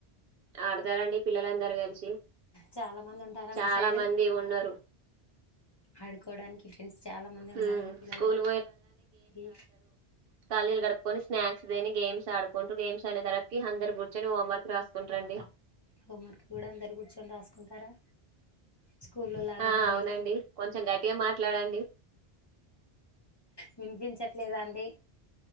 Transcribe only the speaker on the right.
ఆడతారండి పిల్లలందరూ కలిసి
చాలా
మంది ఉన్నారు
హ్మ్
స్కూల్
ఖళీలు కడుక్కొని స్నాక్స్ తిని గేమ్స్ ఆడు కుంటూ గేమ్స్ అనేసరక్కి అందరూ కూర్చొని హోంవర్క్ రాసుకుంటరండి
ఆ
అవునండి కొంచెం గట్టిగా మాట్లాడండి